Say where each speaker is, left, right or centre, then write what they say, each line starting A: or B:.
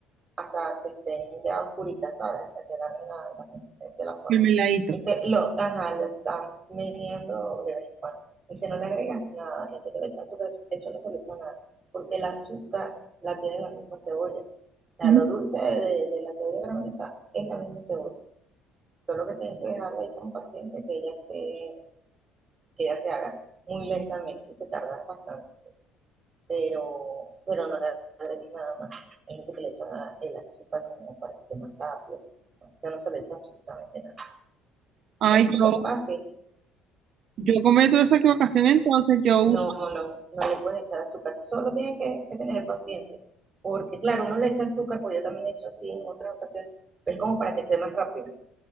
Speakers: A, on the right; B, on the right.
A: hasta que estén ya oscuritas, ¿sabes? Hasta que agarren la, la consistencia de la forma.
B: El meladito.
A: Dice, lo, ajá, lo estás meneando de vez en cuando. Dice, no le agregas nada, gente que le echa azúcar, eso no se le echa nada, porque el azúcar la tiene la misma cebolla. O
B: Ujú.
A: sea, lo dulce de, de la cebolla caramelizada es la misma cebolla. Solo que tienes que dejarla ahí con paciencia que ella, esté, que ella se haga muy lentamente, se tarda bastante pero, pero no le leche nada más. Hay gente que le echa el azúcar como para que esté más rápido. O sea, no se le echa absolutamente nada. O
B: Ay,
A: sea, es súper
B: yo,
A: fácil.
B: yo cometo esa equivocación, entonces yo uso
A: No, no, no le puedes echar azúcar. Solo tienen que, que tener paciencia. Porque, claro, uno le echa azúcar, porque yo también le echo así en otras ocasiones, pero como para que esté más rápida.